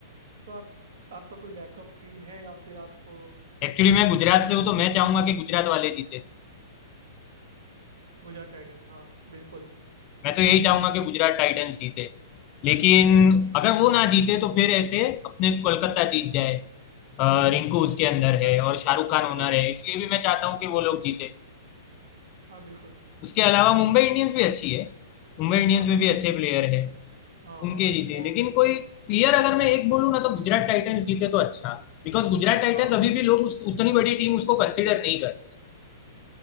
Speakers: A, on the right; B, on the left.
A: तो आप आपका कोई बैकअप टीम है या फिर आप अ,
B: एक्चुअली
A: नहीं
B: मैं
A: देखोगे
B: गुजरात से हूँ तो मैं चाहूंगा कि गुजरात वाले जीते
A: गुजरात टाइटन हाँ बिल्कुल
B: मैं तो यही चाहूंगा कि गुजरात टाइटंस जीते लेकिन अगर वो ना जीते तो फिर ऐसे अपने कोलकाता जीत जाए अ, रिंकू उसके अंदर है और शाहरुख खान
A: हाँ
B: ओनर
A: हाँ
B: है इसलिए भी मैं चाहता हूँ
A: बिल्कुल
B: कि वो लोग जीते
A: हाँ बिल्कुल
B: उसके अलावा मुंबई इंडियंस भी अच्छी है मुंबई इंडियंस
A: हाँ
B: में
A: मुंबई
B: भी अच्छे
A: इंडियंस
B: प्लेयर है
A: हाँ
B: उनके
A: हाँ
B: जीते
A: वो
B: लेकिन कोई क्लियर अगर मैं एक बोलूँ ना तो गुजरात टाइटंस जीते तो अच्छा बिकॉज गुजरात टाइटंस
A: हाँ
B: अभी भी लोग उस, उतनी बड़ी टीम उसको कंसिडर नहीं करते